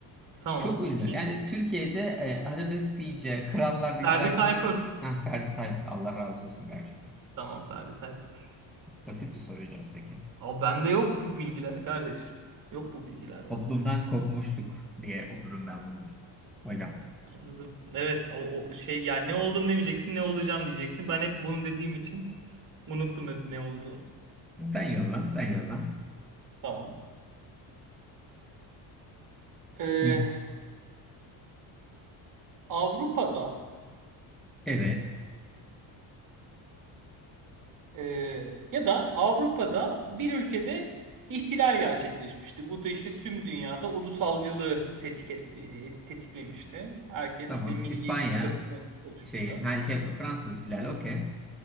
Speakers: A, on the right (about 40°); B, in the centre.
A: Tamam.
B: Çok ünlü.
A: Kim?
B: Yani Türkiye'de e, arabesk deyince, krallar deyince
A: Ferdi
B: aklına
A: Tayfur.
B: Heh, Ferdi Tayfur. Allah razı olsun gerçekten.
A: Tamam Ferdi Tayfur.
B: Basit bir soruydu oysa ki.
A: Ama bende yok bu bilgiler kardeş. Yok bu bilgiler
B: Toplumdan
A: bende.
B: kopmuşluk diye okurum ben bunu. Hocam.
A: Anladım. Evet o, o şey yani ne oldum demeyeceksin ne olacağım diyeceksin. Ben hep bunu dediğim için unuttum hep ne olduğumu.
B: Sen yolla, sen yolla.
A: Tamam. Ee,
B: Mü-
A: Avrupa'da
B: Evet.
A: e, ya da Avrupa'da bir ülkede ihtilal gerçekleşmişti. Bu da işte tüm dünyada ulusalcılığı tetik etti- tetiklemişti. Herkes
B: Tamam.
A: işte milliyetçilik
B: İspanya
A: akımı oluşmuştu.
B: şeyi, her şey Fransız ihtilali okey.